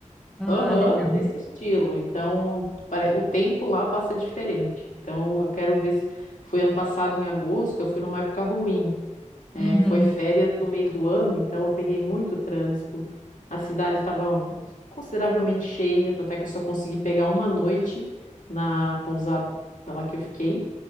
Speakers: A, in the centre; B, on the left.
A: Ah,
B: Aham,
A: legal.
B: nesse estilo. Então, pare- o tempo lá passa diferente. Então, eu quero ver se. Foi ano passado, em agosto, eu fui numa época ruim. né?
A: Uhum.
B: foi férias do meio do ano, então eu peguei muito trânsito. A cidade estava consideravelmente cheia, tanto é que eu só consegui pegar uma noite na pousada lá que eu fiquei.